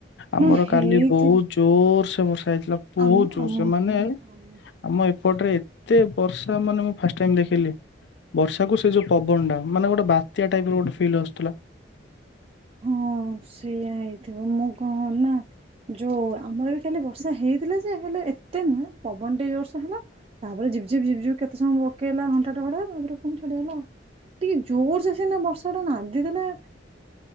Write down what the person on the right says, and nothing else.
ନା ହେଇଥିଲି
ଆମ
ଆମ
ଆମ
ହଁ, ସେଇଆ ହେଇଥିବ, ମୁଁ କଣ କଲି ନା ଯୋଉ ଆମର ବି କାଲି ବର୍ଷା ହେଇଥିଲା ଯେ, ହେଲେ ଏତେ ନୁହେଁ, ପବନଟିକେ ଜୋର ସେ ହେଲା ତାପରେ ଝିପଝିପ, ଝିପଝିପ, କେତେ ସମୟ ପକେଇଲା ଘଣ୍ଟାଟେ ଭଳିଆ ତାପରେ ପୁଣି ଛାଡିଗଲା ଆଉ। ଟିକେ ଯୋର ସେ ସିନା ବର୍ଷା ଟା ନାଦିଦେଲେ